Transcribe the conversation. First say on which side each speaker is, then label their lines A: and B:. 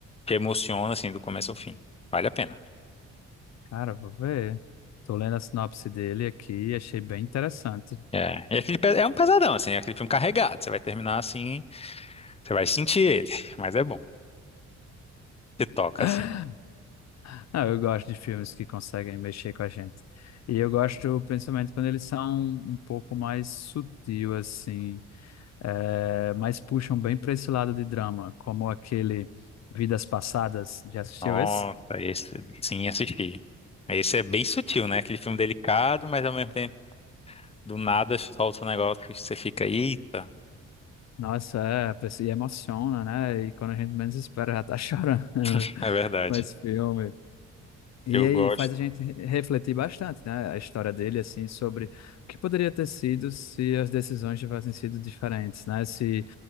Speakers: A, on the left; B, on the left.
A: te emociona, assim, do começo ao fim. Vale a pena.
B: Cara, vou ver. Tô lendo a sinopse dele aqui e achei bem interessante.
A: É, e aquele, pe- é um pesadão, assim, é aquele filme carregado. Você vai terminar assim, você vai sentir ele, <laughs> mas é bom. Você toca,
B: <gasps> <laughs>
A: assim.
B: Ah, eu gosto de filmes que conseguem mexer com a gente. E eu gosto principalmente quando eles são um pouco mais sutil, assim, eh, mas puxam bem para esse lado de drama, como aquele Vidas Passadas. Já assistiu
A: Nossa,
B: esse?
A: esse sim, assisti. Esse é bem sutil, né? Aquele filme delicado, mas ao mesmo tempo, do nada solta um negócio que você fica, eita,
B: Nossa, é, pois- e emociona, né? E quando a gente menos espera, já tá <laughs> chorando
A: <laughs> é verdade.
B: com esse filme. E
A: Eu
B: aí
A: gosto.
B: faz a gente re- refletir bastante, né? A história dele, assim, sobre o que poderia ter sido se as decisões tivessem sido diferentes, né? Se